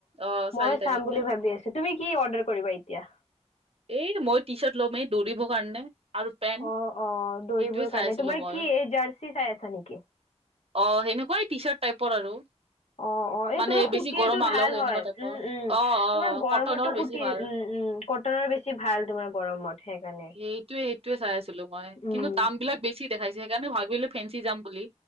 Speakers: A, on the right; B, on the left.
A: অ
B: মই
A: চাৰি
B: চাম
A: তাৰিখে
B: বুলি ভাবি আছো, তুমি কি অৰ্ডাৰ কৰিবা এতিয়া?
A: এই মই টি চাৰ্ট ল'মেই দৌৰিব কাৰণে। আৰু পেন্ট
B: অঁ-অঁ! দৌৰিবৰ
A: সেইটোয়ে চাই
B: কাৰণে।
A: আছিলো
B: তোমাৰ
A: মই
B: কি এই জাৰ্চি চাই আছা নেকি?
A: অ! সেনেকুৱাই টি চাৰ্ট টাইপৰ আৰু।
B: অ-অ! এই
A: মানে
B: তোমাৰ সুটিৰটো
A: বেছি গৰম নালাগক
B: ভাল হয়।
A: এনেকুৱা টাইপৰ
B: উম-উম!
A: অ অ
B: তোমাৰ গৰমতো
A: কটনৰ
B: সু
A: বেছি
B: সুটিৰ।
A: ভাল
B: উম-উম! কটনৰ বেছি ভাল তোমাৰ গৰমত। সেইকাৰণে
A: সেইটোৱে-সেইটোৱে চাই আছিলো মই।
B: উম।
A: কিন্তু দাম বিলাক বেছি দেখাইছে সেইকাৰণে ভাবিলোঁ ফেঞ্চি যাম বুলি।